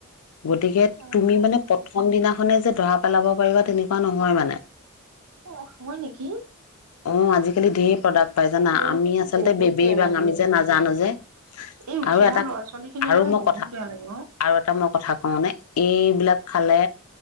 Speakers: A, on the left (about 75°); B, on the right (about 85°).
A: গতিকে
B: অ',
A: তুমি মানে প্ৰথম দিনা খনে যে ধৰা পেলাব পাৰিবা তেনেকুৱা নহয় মানে
B: অ হয় নেকি
A: অ আজিকালি ধেৰ প্ৰডাক্ট পাই জানা
B: মোৰ
A: আমি
B: কিন্তু
A: আচলতে
B: বহুত
A: বেবেইবাং
B: বেয়া লাগে।
A: আমি যে নাজানো যে
B: এই উঠি
A: আৰু
B: অহা
A: এটা
B: ল'ৰা ছোৱালী খিনিলৈ
A: আৰু
B: মোৰ
A: মই
B: বহুত
A: কথা
B: বেয়া লাগে অ'।
A: আৰু এটা মই কথা কওঁ নে এইবিলাক খালে